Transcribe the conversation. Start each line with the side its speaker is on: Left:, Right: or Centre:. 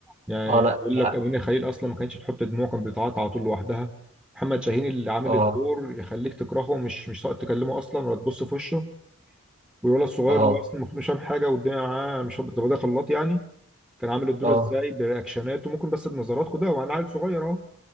Centre: يعني
Right: اه
Centre: اقول
Right: لا اه
Centre: لك امينه خليل اصلا ما كانتش بتحط دموع كانت بتعيط على طول لوحدها محمد شاهين اللي عامل
Right: اه
Centre: الدور يخليك تكرهه مش مش ساقط تكلمه اصلا ولا تبص في وشه والولد الصغير
Right: اه
Centre: اللي اصلا المفروض مش فاهم حاجه والدنيا معاه مش هبط ده خلاط يعني كان عامل الدور
Right: آه.
Centre: ازاي برياكشناته ممكن بس بنظراته كده وانا عيل صغير اهو